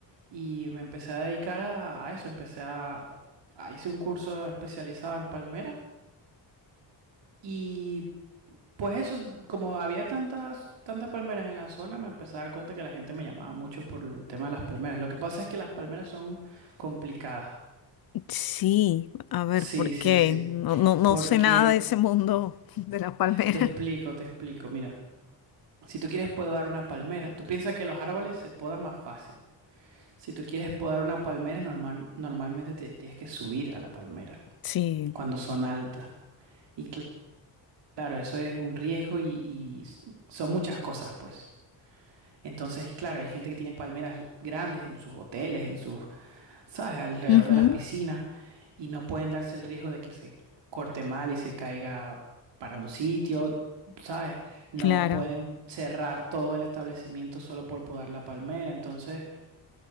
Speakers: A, on the right; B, on the left.
A: y me empecé a dedicar a, a eso, empecé a, a- Hice un curso especializado en palmeras y Pues eso, es- como había tantas, tantas palmeras en la zona, me empecé a dar cuenta que la gente me llamaba mucho por el tema de las palmeras. Lo que pasa es que las palmeras son complicadas.
B: Sí, a ver,
A: Sí,
B: ¿por
A: sí,
B: qué?
A: sí.
B: No, no, no
A: Porque
B: sé nada de ese mundo de las palmeras.
A: te explico, te explico. Mira, si tú quieres podar una palmera, tú piensas que los árboles se podan más fácil. Si tú quieres podar una palmera, normal, normalmente te tienes que subir a la palmera
B: Sí.
A: cuando son altas. Y cl- claro, eso es un riesgo y, y s- son muchas cosas, pues. Entonces, claro, hay gente que tiene palmeras grandes en sus hoteles, en sus, ¿sabes?, alrededor
B: Ujú,
A: de las piscinas y no pueden darse el riesgo de que se corte mal y se caiga para un sitio, ¿sabes? No
B: Claro,
A: pueden cerrar todo el establecimiento solo por podar la palmera. Entonces,